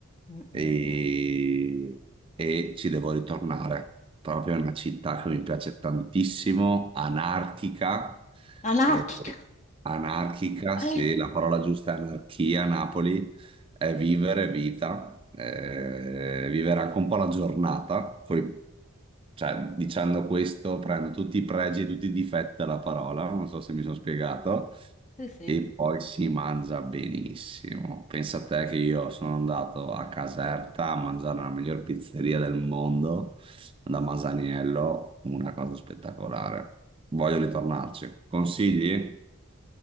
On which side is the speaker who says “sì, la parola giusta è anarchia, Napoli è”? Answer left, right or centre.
Right